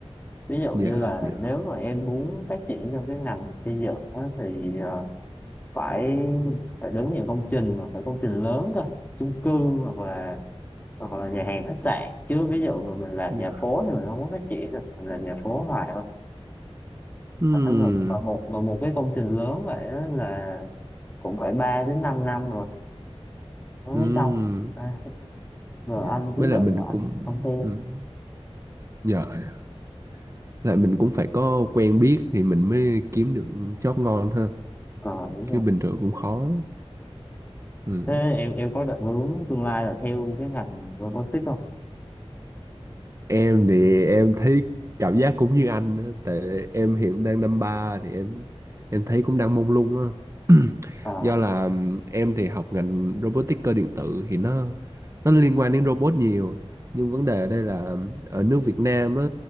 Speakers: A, on the left; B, on the right.
A: ví dụ
B: dạ
A: như là
B: dạ
A: nếu mà em muốn phát triển trong cái ngành xây dựng á, thì ờ, phải phải đến những công trình mà phải công trình lớn cơ chung cư hoặc là hoặc là nhà hàng khách sạn chứ ví dụ mà mình làm
B: dạ
A: nhà phố thì mình không có phát triển được mình làm nhà phố hoài thôi
B: Ừm,
A: Phải là- mà một và một cái công trình lớn vậy đó là cũng phải 3 đến 5 năm rồi nó
B: ừm,
A: mới xong à, rồi
B: dạ.
A: anh
B: với
A: cứ định
B: lại mình
A: rồi anh
B: cũng
A: không theo
B: ừm, dạ dạ. lại mình cũng phải có quen biết thì mình mới kiếm được job ngon ha
A: còn đúng rồi
B: chứ bình thường cũng khó Ừ.
A: thế em em có định hướng tương lai là theo cái ngành robotics không
B: em thì em thấy cảm giác cũng như anh á, tại em hiện đang năm ba thì em em thấy cũng đang mông lung á <clears throat>
A: à
B: do là ừm, em thì học ngành robotic cơ điện tử thì nó nó liên quan đến robot nhiều nhưng vấn đề ở đây là ừm, ở nước Việt Nam á